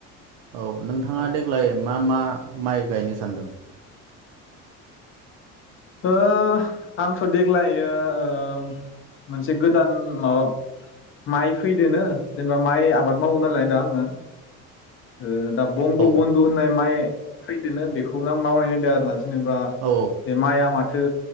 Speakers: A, on the right; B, on the left.
A: औ नोंथाङा
B: औ
A: देग्लाय मा मा माइ गायनो सानदों
B: ओ आंथ देग्लायो ओ मोनसे गोदान माबा माइ फैदोनो जेनेबा माइ आबाद मावो नालाय दा आङो ओ दा बंग
A: औ
B: बन्धु होननाय माइ फैदोनो बेखौनो आं मावनाय नायदों आरो ना जेनेबा
A: औ
B: बे माया मा थो